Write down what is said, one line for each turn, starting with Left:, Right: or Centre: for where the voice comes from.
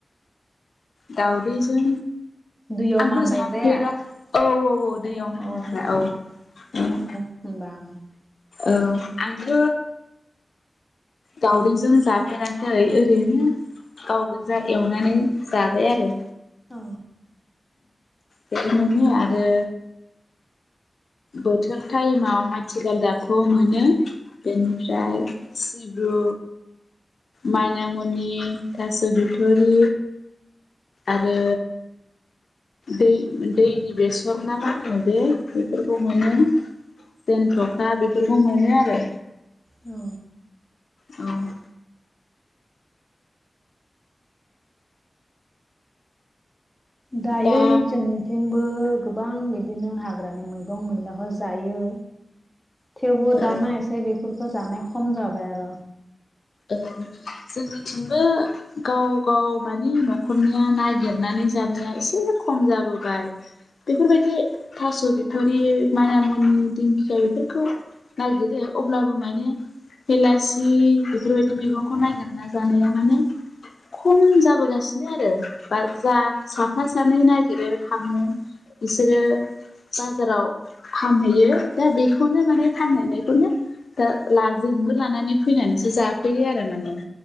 Left: दावदैजों
Centre: दैयाव
Left: आंथ'
Centre: मानबायग्राया
Left: जाफेराखै औ औ औ दैयाव मोनग्रा
Centre: अ
Left: औ औ
Centre: <unintelligible>
Left: औ आंथ' दावदैजों जाफेराखै ओरैनो गाव गोजा एवनानै जाबाय आरो
Centre: औ
Left: बेनोमोन आरो बोथोर टाइमाव माथिखाल गालदाबखौ मोनो बेनिफ्राय सिब्रु मानामुनि थास' बिथुरि आरो दै दैनि बेसर ना मा होनो बे बेफोरखौ मोनो जेन थ'खा बेफोरखौ मोनो आरो
Centre: औ
Left: औ
Centre: दायो
Left: दा
Centre: जोंनि जोंबो गोबां बिदिनो हाग्रानि मैगं मैलाखौ जायो। थेवबो दाना
Left: ओ
Centre: एसे बेफोरखौ जानाय खम जाबाय आरो
Left: औ जोंनिथिंबो गाव गाव माने न'खरनिया नागिरनानै जानाया एसे खम जाबोबाय बेफोरबायदि थास' बिथरि मानामुनि दिंखिया बेफोरखौ नागिरो अब्लाबो माने हेलासि बेफोरबायदि मैगंखौ नागिरना जानाया माने खम जाबोगासिनो आरो बा जा साफा सानै नागिरो थांङो। इसोरो बाजाराव फानहैयो दा बेखौनो माने फानहैनायखौनो दा ला जोंबो लानानै फैनानैसो जाफैयो आरो माने